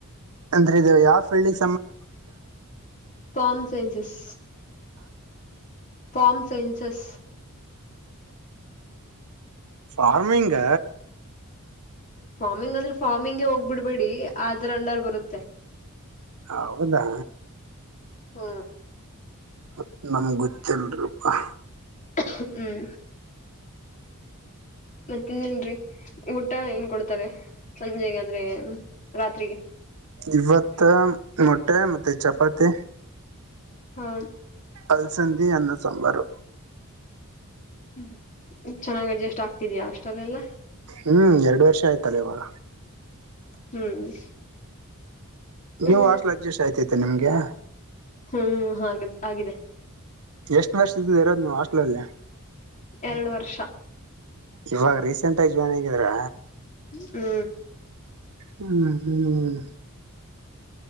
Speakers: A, on the right (about 85°); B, on the left (about 35°).
A: ಅಂದ್ರೆ ಇದು ಯಾವ ಫೀಲ್ಡಿಗೆ
B: farm sciences farm sciences
A: farming
B: farming ಆದ್ರ ಫಾರ್ಮಿಂಗ್ಗೆ ಹೋಗ್ಬ ಬಿಡ್ಬೇಡಿ ಅದ್ರ ಅಂಡಾರ್ ಬರುತ್ತೆ
A: ಹೌದಾ
B: ಹ್ಮ
A: ಅತ್ ನಮ್ ಗೊತ್ತಿಲ್ರಿಪಾ
B: ಹ್ಮ್ ಮತ್ತ ತಿಂದಿನ್ರಿ ಊಟ ಏನ್ ಕೊಡ್ತಾರೆ ಸಂಜೆಗೆ ಅಂದ್ರೆ ರಾತ್ರಿಗೆ
A: ಇವತ್ತ ಮೊಟ್ಟೆ ಮತ್ತೆ ಚಪಾತಿ
B: ಹ್ಮ
A: ಅಲ್ಸಂದಿ ಅನ್ನ ಸಾಂಬಾರು
B: ಹ್ಮ್ ಚೆನ್ನಾಗ್ ಅಡ್ಜಸ್ಟ್ ಆಗ್ತಿದಯಾ ಹಾಸ್ಟೇಲ್ ಲ್ಲೆಲ್ಲಾ
A: ಹ್ಮ್ ಎರಡು ವರ್ಷ ಆಯ್ತಲ್ಲ ಇವ್ವಾಗ
B: ಹ್ಮ್ ಸರಿ
A: ನೀವು ಹಾಸ್ಟೆಲ್ ಅಡ್ಜಸ್ಟ್ ಆಯತೈತೆ ನಿಮ್ಗೆ
B: ಹ್ಮ್ ಹಾಗ ಆಗಿದೆ
A: ಎಷ್ಟು ವರ್ಷ ಇದ್ದದ ಇರೋದು ನೀವು ಹಾಸ್ಟಲ ಅಲ್ಲಿ
B: ಎರಡು ವರ್ಷ
A: ಇವಾಗ ರೀಸೆಂಟ್ ಆಗಿ ಜಾಯಿನ್ ಆಗಿದ್ರಾ
B: ಹ್ಮ್
A: ಹ್ಮ್ ಹ್ಮ್